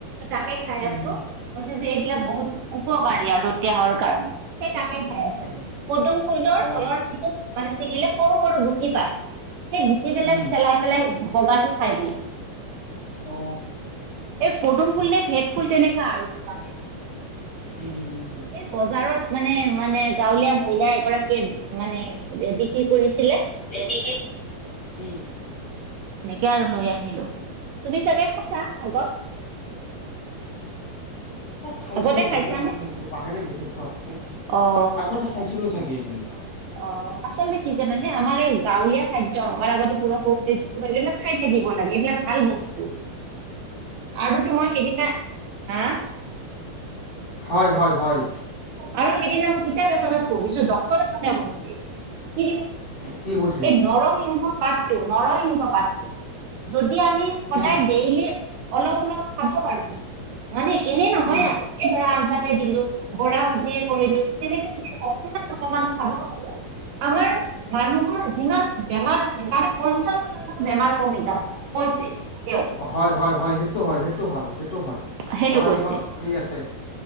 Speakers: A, on the right; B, on the left.
A: তাকে খাই
B: হুম
A: আছোঁ
B: হুম
A: কৈছে যে এইবিলাক বহুত উপকাৰী আৰু দেহৰ কাৰণে, সেই তাকে খাই আছোঁ।
B: অ
A: পদুম ফুলটোৰ
B: অ
A: তলৰতো। মানে ছিঙিলে সৰু সৰু গুটি পায়। সেই গুটি বিলাক
B: হুম
A: চেলাই পেলাই বগাটো খাই বোলে।
B: অ
A: এই পদুম ফুল নে ভেদ ফুল তেনেকা আৰু কিবা।
B: উম, হুম, হুম, হুম।
A: এই বজাৰত মানে মানে গাঁৱলীয়া মহিলা এগৰাকী মানে। বিক্ৰী কৰিছিলে।
B: <unintelligible> উম।
A: এনেকে আৰু লৈ আহিলোঁ। তুমি চাগে খাইছা আগত।
B: খাইছিলোঁ
A: আগতে খাইছানে
B: বহুত দিন আগত খাইছিলোঁ। পাহেৰে গৈছো খোৱাদটো।
A: অ
B: আগতে
A: আচ্ছা
B: খাইছিলোঁ
A: আচ্ছা।
B: চাগে এদিন।
A: অ' আচলতে কি জানানে আমাৰ এই গাঁৱলীয়া খাদ্য অমাৰ আগতে পোৰা সৰতেজ। এইবিলাক খাই থাকিব লাগে। এইবিলাক ভাল বস্তু আৰু তোমাৰ সেইদিনা। হা
B: হয়, হয়, হয়।
A: আৰু সেইদিনা মই কিতাপ এখনত পঢ়িছো ডক্তৰৰ এজনে <unintelligible> মানে
B: কি কৈছে
A: এই নৰসিংহ পাতটো, নৰসিংহ পাতটো যদি আমি। সদায়
B: হুম
A: ডেইলি। অলপ অলপ খাব পাৰো। মানে এনে নহয়
B: হুম
A: এইধৰা আঞ্জাতে। বৰা ভুজিয় কৰিলো, তেনেকে যদি অকমান অকমান খাব আৰু আমাৰ মানুহৰ যিমান বেমাৰ আছে। তাৰে পঞ্চাশ শতাংশ বেমাৰ কমি যাব। পছে তেওঁ
B: হয়, হয়, হয় সেইটো হয় সেইটো হয়। সেইটো হয়,
A: সেইটো
B: নৰসিংহৰ
A: কৈছে
B: সেৰি আছে